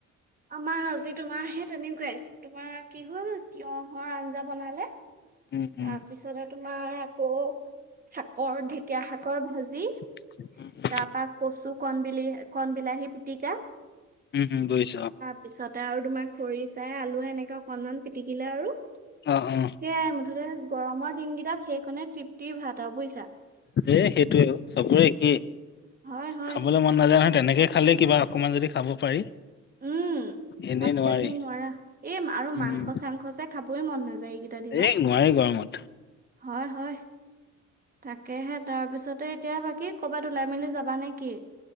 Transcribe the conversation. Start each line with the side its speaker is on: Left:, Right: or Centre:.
Right: আমাৰ আজি তোমাৰাহে তেনেকুৱাই তোমাৰ কি হল তিয়হৰ আঞ্জা বনালে।
Left: উম উম
Right: তাৰ পিছতে তোমাৰ আকৌ শাকৰ ঢেকীয়া শাকৰ ভাজি।
Left: উম,
Right: তাৰ পৰা কচু কণবলি কন বিলাহী পিটিকা।
Left: উম, উম, বুজিছোঁ অ,
Right: পিছতে আৰু তোমাৰ খৰিচাই আলুৱে এনেকে অকনমান পিটিকিলে আৰু
Left: অ অ অ
Right: সেইয়াই গৰমৰ দিনকেইটাত সেইখনে তৃপ্তিৰ ভাত আৰু বুজিছা।
Left: এ, সেইটোয়ে অ' চবৰে একে
Right: হয় হয়
Left: খাবলে মন নাজান নহয় তেনেকে খালে কিবা অকণমান যদি খাব পাৰি।
Right: উম,
Left: এনেই
Right: তাতকে
Left: নোৱাৰি
Right: তুমি নোৱাৰা এই আৰু
Left: উম
Right: মাংস চাংস যে খাবই মন নাযায় এইকেইটা দিনত
Left: এই নোৱাৰি গৰমত
Right: হয় হয়। তাকেহে তাৰ পিছতে এতিয়া বাকী ক'বাত ওলাই মেলি যাবা নে কি?